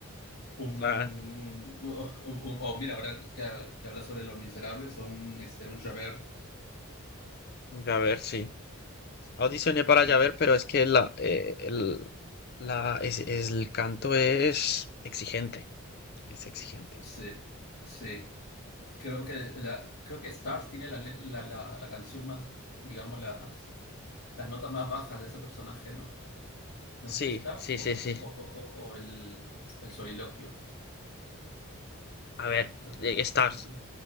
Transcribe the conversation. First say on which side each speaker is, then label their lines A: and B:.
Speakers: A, on the left (about 80°); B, on the left (about 45°).
A: un...
B: Ah,
A: O, o- o- o mira, ahora que, ha- que habla sobre Los Miserables, o un, este, un Javert,
B: a ver, sí. Audicioné para
A: sí.
B: Yaver, pero es que la, eh, el, la, es, es- el canto es exigente, es exigente.
A: Sí, sí. Creo que, la, creo que Stars tiene la, le- la- la- la canción más, digamos, las, las notas más bajas de ese personaje, ¿no? No
B: Sí,
A: sé si Stars
B: sí,
A: o,
B: sí,
A: co-
B: sí.
A: o co- o- o el, el soliloquio.
B: A ver,
A: Pero sí.
B: eh, Stars.
A: Ujú,